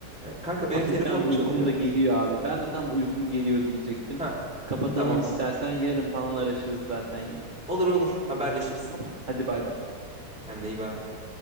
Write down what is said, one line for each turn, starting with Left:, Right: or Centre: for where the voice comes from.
Centre: Kanka
Right: Hafiften
Centre: benim telefonum
Right: uykum
Centre: çalıyor.
Right: da geliyor abi. Ben de tam uykum geliyor diyecektim.
Centre: Ha,
Right: Kapatalım
Centre: tamam.
Right: istersen yarın falan araşırız zaten yine.
Centre: Olur olur haberleşiriz.
Right: Tamam. Hadi bay bay.
Centre: Kendine iyi bak.